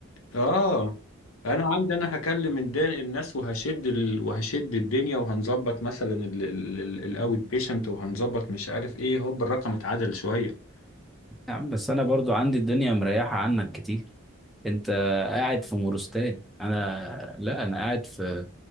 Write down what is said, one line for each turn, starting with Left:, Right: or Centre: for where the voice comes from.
Left: اه انا عندي انا هكلم الد- الناس وهشد ال... وهشد الدنيا وهنظبط مثلا الاوت بيشنت وهنظبط مش عارف ايه هوب الرقم اتعدل شويه
Centre: يا عم بس انا برضو عندي الدنيا مريحه عنك كتير انت قاعد في مورستان انا لا انا قاعد في